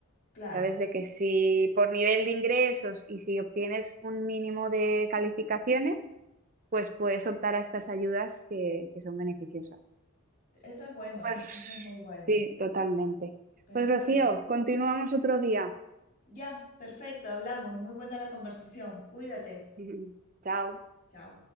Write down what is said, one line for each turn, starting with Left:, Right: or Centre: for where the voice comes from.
Left: Claro,
Right: Sabes de que si por nivel de ingresos y si obtienes un mínimo de calificaciones, pues puedes optar a estas ayudas que, que son beneficiosas.
Left: eso es bueno,
Right: Pues
Left: eso es muy bueno.
Right: sí, totalmente.
Left: Pero,
Right: Pues
Left: en
Right: Rocío,
Left: fin.
Right: continuamos otro día.
Left: Ya, perfecto, hablamos. Muy buena la conversación. Cuídate.
Right: <laughs> Chao.
Left: Chao.